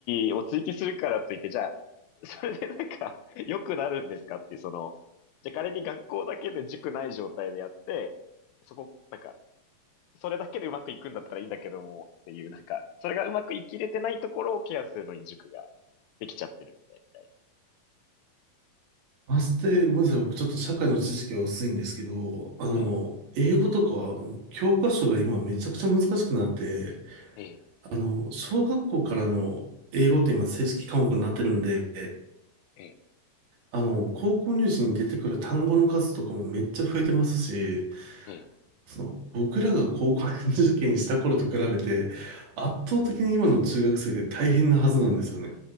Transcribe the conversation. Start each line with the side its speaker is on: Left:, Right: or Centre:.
Left: 義を追求するからといって、じゃあ、<laughs> それでなんか、良くなるんですかっていう、その、じゃあ仮に学校だけで塾ない状態でやって、そこ、なんか、それだけでうまくいくんだったらいいんだけども、っていう、なんか、それがうまくいきれてないところをケアするのに塾ができちゃってるみたい
Right: まして、ごめんなさい。僕ちょっと社会の知識は薄いんですけど、あの、
Left: な。ええ、
Right: 英語とかはもう教科書が今めちゃくちゃ難しくなって、
Left: ええ、
Right: あの、小学校からの英語って今正式科目になってるんで、
Left: え
Right: あの、高校入試に出てくる単語の数とかもめっちゃ増えてますし、
Left: え、
Right: その、僕らが高校受験した頃と比べて、圧倒的に今の中学生って大変なはずなんですよね。